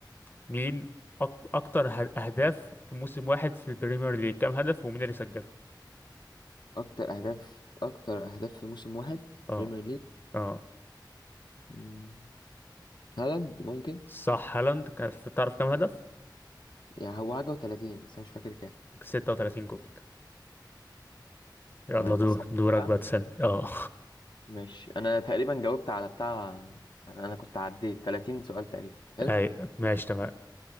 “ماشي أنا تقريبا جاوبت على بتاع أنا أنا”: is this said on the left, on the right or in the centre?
Left